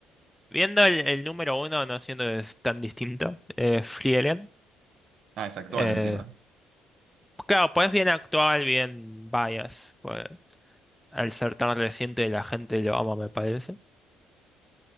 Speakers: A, in the centre; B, on the right.
A: Viendo el, el número uno, no siendo es tan distinto, eh, Frieren,
B: Ah, es actual
A: eh,
B: encima.
A: claro, pues bien actual, bien bias, pues, al ser tan reciente la gente lo ama, me parece.